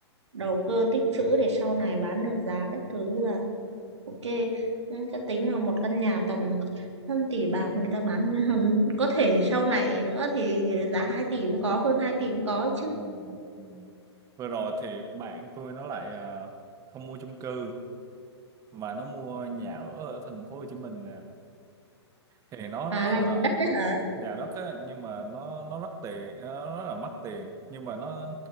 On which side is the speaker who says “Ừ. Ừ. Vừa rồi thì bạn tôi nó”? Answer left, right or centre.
Right